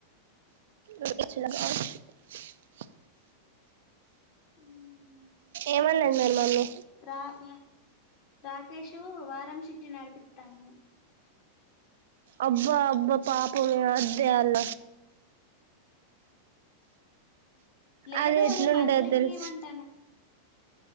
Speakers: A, on the right (about 55°); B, on the left (about 45°).
A: <unintelligible>
B: హ్మ్
A: ఏమన్నాంది మరి మమ్మీ
B: రా మా రాకేష్ వారం చిట్టిల్ నడిపితాను
A: అబ్బా అబ్బా పాపమే అద్దొయ్యాల
B: లేదు
A: అదేట్లుండద్
B: నే మంత్లీకి
A: తెల్స్
B: ఇయ్యమంటాను